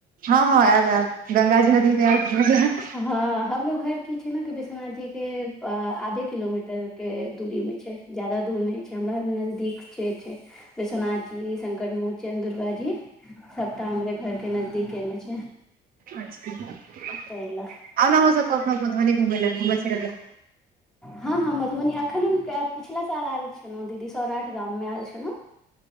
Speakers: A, on the right; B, in the centre.
A: हँ हँ एब एब गंगाजी नदी मे एब
B: हँ
A: <inaudible>
B: हमरो घर की छै ने कि विश्वनाथ जी के आधे किलोमीटर के दूरी में छै। जादा दूर नहि छै हमरा नजदीक छै छै। विश्वनाथजी संकट मोचन दुर्गा जी। सबटा हमरे घर के नजदीके में छै।
A: अच्छा आउ
B: ताहि लए
A: नऽ अहुँ सब कखनो मधुबनी घुमै लए घुमै फीरै लए।
B: हँ हँ मधुबनी अखन हम पिछिला साल एयल छी। छलहु दीदी सौराठ गाम मे आयल छलहुँ